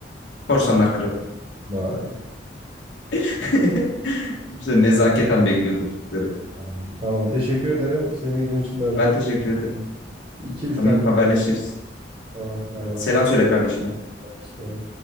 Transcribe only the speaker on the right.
Hayır.
Tamam, Tamam, teşekkür ederim. Seni gün içinde arayacağım.
2 üç
tane.
Tamam bay bay.
Hoşça kal.